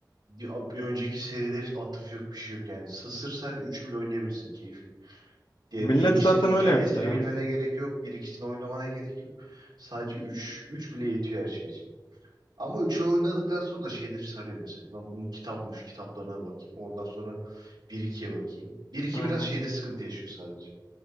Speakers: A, on the right (about 70°); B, on the left (about 80°).
A: Bir, bir önceki serileri atıf yok bir şey yok yani. Sı- Sırf sadece üçü bile oynayabilirsin keyfi. Diğer
B: Millet
A: bir ikisinin
B: zaten
A: hikayesini
B: öyle yaptı ya.
A: bilmene gerek yok. Bir ikisini oynamana gerek yok. Sadece üç, üç bile yetiyor her şey için. Ama üçü oynadıktan sonra da şey de sarıyor mesela. Lan bunun kitapmış kitaplarına bakayım. Oradan sonra bir ikiye bakayım. Bir iki
B: Aynen.
A: biraz şeyde sıkıntı yaşıyor sadece.